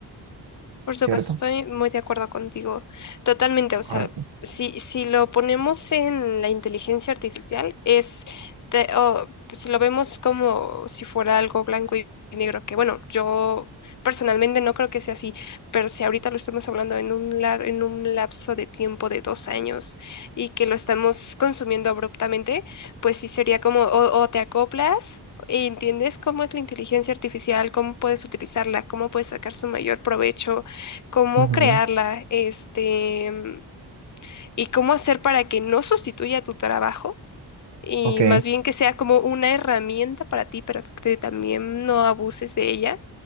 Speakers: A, on the left; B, on the right.
A: Por supuesto,
B: ¿cierto?
A: estoy muy de acuerdo contigo, totalmente. O
B: Correcto.
A: sea, si, si lo ponemos en la inteligencia artificial, es, te- o si lo vemos como si fuera algo blanco y negro, que bueno, yo personalmente no creo que sea así, pero si ahorita lo estamos hablando en un, lar- en un lapso de tiempo de dos años y que lo estamos consumiendo abruptamente, pues sí sería como o, o te acoplas. ¿Entiendes cómo es la inteligencia artificial? ¿Cómo puedes utilizarla? ¿Cómo puedes sacar su mayor provecho? cómo
B: Ujú.
A: crearla, este, mm, y cómo hacer para que no sustituya tu trabajo y
B: Ok,
A: más bien que sea como una herramienta para ti, pero que también no abuses de ella